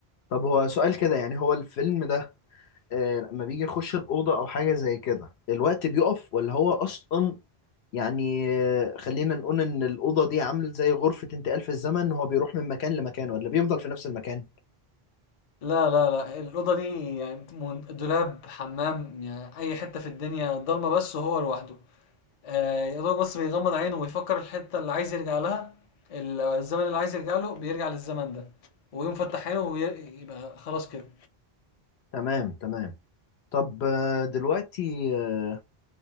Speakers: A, on the left (about 85°); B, on the left (about 45°).
A: طب هو سؤال كده يعني هو الفيلم ده آه، لما بيجي يخش الأوضة أو حاجة زي كده الوقت بيقف ولا هو أصلا يعني آه، خلينا نقول إن الأوضة دي عامل زي غرفة انتقال في الزمن هو بيروح من مكان لمكان ولا بيفضل في نفس المكان
B: لا لا لا الاوضه دي يعني من- دولاب حمام يعني اي حته في الدنيا ضلمه بس وهو لوحده آه، يا دوب بس بيغمض عينه ويفكر الحته اللي عايز يرجع لها ال- الزمن اللي عايز يرجع له بيرجع للزمن ده ويقوم فتح عينه ويبقى خلاص كده
A: تمام تمام طب آه، دلوقتي آه،